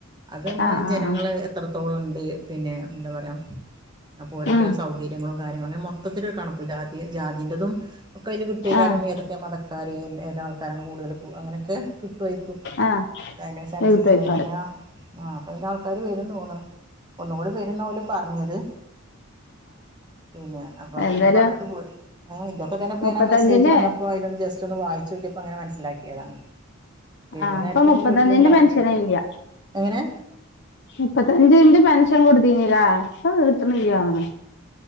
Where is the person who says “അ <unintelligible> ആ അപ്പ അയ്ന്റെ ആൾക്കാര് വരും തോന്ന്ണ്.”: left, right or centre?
Right